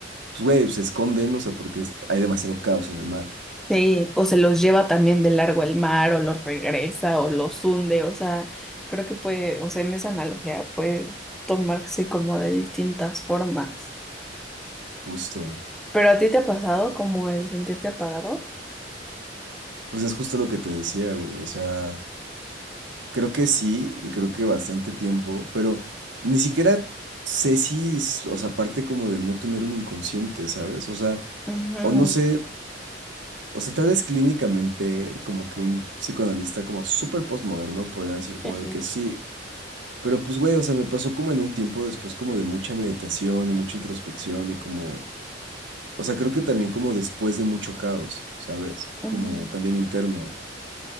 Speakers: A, on the right; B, in the centre.
A: pues güey, se esconden, o sea, porque es- hay demasiado caos en el mar.
B: Sí, o se los lleva también de largo el mar, o los regresa, o los hunde, o sea, creo que puede, o sea, en esa analogía puede tomarse como de distintas formas.
A: Justo.
B: ¿Pero a ti te ha pasado como el sentirte apagado?
A: Pues es justo lo que te decía, güey. O sea, creo que sí y creo que bastante tiempo, pero ni siquiera sé si, es- o sea, aparte como de no tener un inconsciente, ¿sabes? O sea,
B: Ujú,
A: o no sé O sea, tal vez clínicamente, como que un psicoanalista como súper postmoderno podría decir como
B: ujú,
A: de que sí, pero pues güey, o sea, me pasó como en un tiempo después como de mucha meditación y mucha introspección y como, o sea, creo que también como después de mucho caos, ¿sabes?
B: ujú,
A: Como también interno.